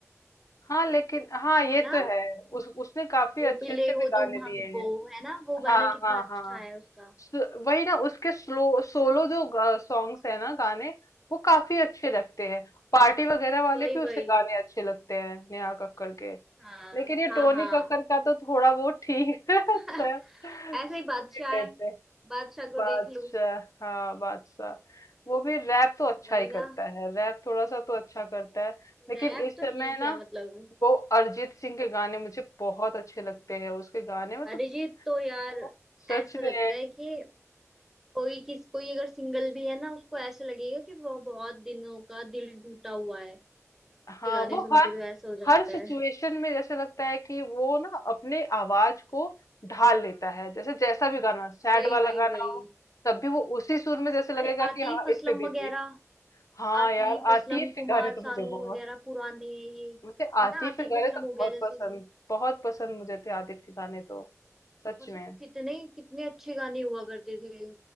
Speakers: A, on the left; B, in the centre.
A: हाँ लेकिन हाँ ये
B: है ना
A: तो है उस उसने काफी
B: वो
A: अच्छे
B: मिले
A: अच्छे
B: हो
A: भी गाने
B: तुम
A: दिए
B: हमको
A: हैं
B: है ना वो
A: हाँ
B: गाना कितना
A: हाँ
B: अच्छा
A: हाँ
B: है उसका
A: स- वही ना उसके स्लो सोलो जो सॉन्ग्स है ना गाने वो काफी अच्छे लगते हैं पार्टी वगैरह वाले
B: वही
A: भी उसके
B: वही
A: गाने अच्छे लगते हैं नेहा कक्कड़ के
B: हाँ
A: लेकिन ये
B: हाँ
A: टोनी
B: हाँ
A: कक्कर का तो थोड़ा बहुत ठीक है
B: <laughs>
A: <laughs> अच्छा
B: ऐसे
A: सुन
B: ही बादशाह
A: ही लेते
B: है
A: हैं।
B: बादशाह को
A: बादशाह
B: देख लूं
A: हाँ बादशाह वो भी रैप तो अच्छा
B: वही
A: ही करता
B: ना
A: है रैप थोड़ा सा तो अच्छा करता है लेकिन
B: रैप
A: इस
B: तो
A: समय
B: ठीक
A: ना
B: है मतलब
A: वो अरिजीत सिंह के गाने मुझे बहुत अच्छे लगते हैं उसके गाने में तो
B: अरिजीत तो यार
A: वो सच
B: ऐसा
A: में
B: लगता है कि कोई किस कोई अगर सिंगल भी है ना उसको ऐसा लगेगा कि वो बहुत दिनों का दिल टूटा हुआ है
A: हाँ
B: ये गाने
A: वो
B: सुन
A: हर
B: के तो ऐसा हो जाता
A: हर सिचुएशन
B: है
A: में जैसे लगता है कि वो ना अपने आवाज को ढाल लेता है जैसे जैसा भी गाना सैड
B: वही
A: वाला
B: वही
A: गाना
B: वही
A: हो तब भी वो उसी सुर में जैसे लगेगा
B: अरे आतिफ
A: कि हाँ
B: असलम
A: इस पे बीती
B: वगैरह
A: हाँ
B: आतिफ
A: यार
B: असलम
A: आतिफ
B: कुमार
A: के गाने तो मुझे
B: सानू
A: बहुत
B: वगैरह पुराने हैं ये
A: मुझे
B: है
A: आतिफ
B: ना आतिफ
A: के गाने
B: असलम
A: तो
B: हो
A: बहुत
B: गया जैसे
A: पसंद
B: कि
A: बहुत पसंद मुझे थे आतिफ के गाने तो सच
B: मतलब
A: में
B: कितने कितने अच्छे गाने हुआ करते थे